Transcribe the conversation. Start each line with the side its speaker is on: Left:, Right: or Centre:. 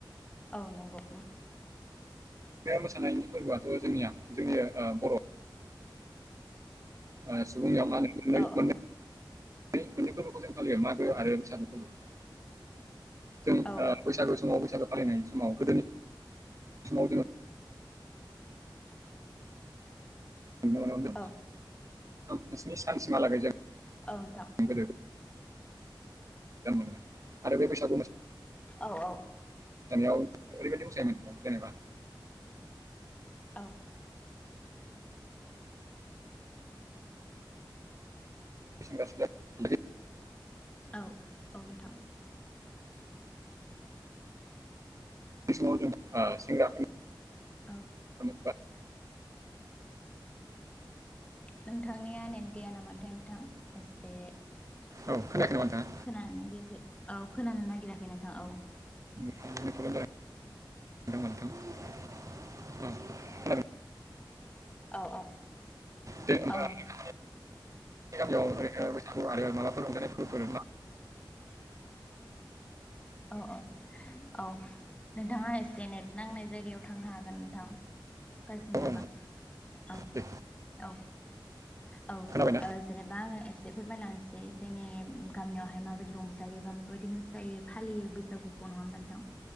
Left: औ नंगौ
Right: बे मोसानायनि फोरबोयाथ जोंनिया जोंनिया बर ओ सुबुंनियाव मानो मोननै
Left: औ
Right: मोननै
Left: औ
Right: बे मोननै फोरबोखौ जों फालियो मागो आरो फिसानो फोरबो जों
Left: औ
Right: ओ बैसागो समाव बैसागो फालिनाय समाव गोदोनि समाव जोङो नोंदोंमोनावदों
Left: औ
Right: बे स्नि सानसिमहालागै जों
Left: औ नोंथां
Right: गोदो मोनो मोन आरो बे बैसागु मोसा
Left: औ औ
Right: गामियाव ओरैबायदि मोसायोमोन जेनेबा
Left: औ
Right: <unintelligible>
Left: औ औ नोंथां
Right: बे समाव जों ओ सेंग्राफोरनि
Left: औ
Right: <unintelligible>
Left: नोंथांनिया नेट गैया नामाथाय नोंथां एसे
Right: औ खोनायाखै नामा नोंथाङा
Left: खोनानो नागिराखै औ खोनानो नागिराखै नोंथां औ
Right: मोन मोनदों औ <unintelligible>
Left: औ औ
Right: दे होमबा
Left: औ
Right: नोंथां नोंसोरनि गामियाव ओरैनो बैसागु आरो माबाफोर रंजानाय फोरबोफोर एबा
Left: औ औ औ नोंथाङा एसे नेट नांनाय जायगायाव थांनो हागोन नोंथां गाज्रि
Right: औ
Left: मोनाबा औ
Right: दे
Left: औ औ ओ
Right: खोनाबायना
Left: जेनेबा आङो एसे ए फोरमायलांनोसै जोंनि गामियावहाय माबायदि रंजायो? गोबां बायदि मोसायो फालियो बैसागुखौ नङा होनबा नोंथां